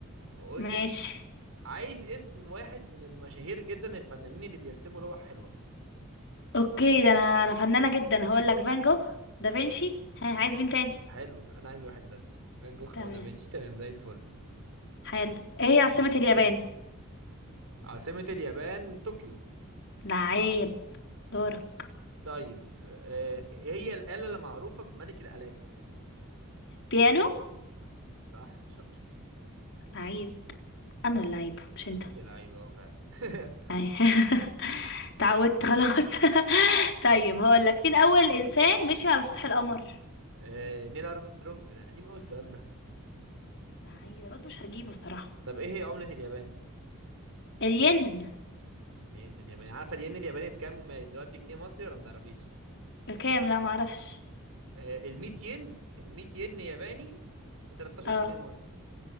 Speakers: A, on the right; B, on the left.
A: واقول
B: ماشي
A: لك عايز اسم واحد من المشاهير جدا الفنانين اللي بيرسموا لوح حلوه
B: اوكي ده انا انا فنانة جدا هقول لك فان جوخ دافنشي ها عايز مين تاني
A: حلو انا عايز واحد بس فان جوخ
B: تمام
A: او دافنشي تمام زي الفل
B: حلو ايه هي عاصمة اليابان
A: عاصمة اليابان طوكيو
B: لعيب دورك
A: طيب آه إيه هي الآلة اللي معروفة بملك الآلات
B: بيانو
A: صح شاطر
B: لعيب انا اللعيب مش انت
A: انت لعيبة اه فعلا <laughs>
B: أي. <laughs> تعودت خلاص <laughs> طيب هقول لك مين اول انسان مشي على سطح القمر
A: آه نيل ارمسترونج ده قديم قوي السؤال ده
B: لعيب انا قلت مش هجيبه الصراحة
A: طب ايه هي عملة اليابان
B: الين
A: الين الياباني عارفة الين الياباني بكام دلوقتي جنيه مصري ولا ما تعرفيش
B: بكام لا معرفش
A: آه ال 100 ين ال 100 ين ياباني ب 13
B: اه
A: جنيه مصري